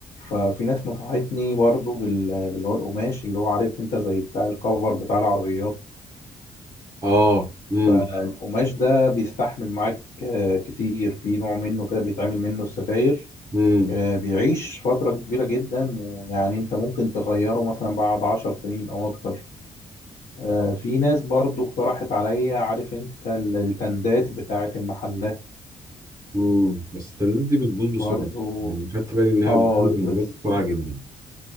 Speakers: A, on the left; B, on the right.
A: ففي ناس نصحتني برضو بال- باللي هو القماش اللي هو عارف انت زي بتاع الكفر بتاع العربيات
B: آه مم.
A: فالقماش ده بيستحمل معاك آه، كتير في نوع منه كده بيتعمل منه الستاير
B: مم.
A: آه، بيعيش فترة كبيرة جدا ويعني انت ممكن تغيره مثلا بعد عشر سنين او اكتر آه، في ناس برضو اقترحت عليا عارف انت ال- التندات بتاعت المحلات
B: مم. بس التندات دي بتبوظ
A: برضو
B: بسرعة يعني خدت بالي إنها
A: اه
B: بتبوظ من
A: بس
B: غير بسرعة جدا